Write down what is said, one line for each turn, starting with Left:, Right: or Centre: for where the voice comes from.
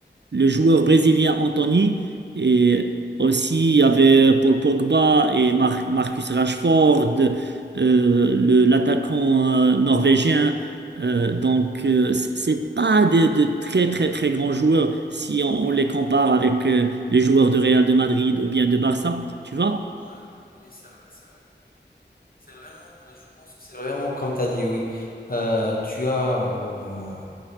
Right: le joueur brésilien Anthony et aussi il y avait Paul Pogba et Mar- Marcus Rashford, euh, le- l'attaquant euh, norvégien. Euh, donc, euh, c- c'est pas de, de très très très grands joueurs si on, on les compare avec euh, les joueurs de Real de Madrid ou bien de Barça, tu vois?
Left: Ouais, oui, c'est vrai, c'est vrai. C'est vraiment, euh, je pense que c'est vraiment comme tu as dit, oui. Euh, tu as, euh,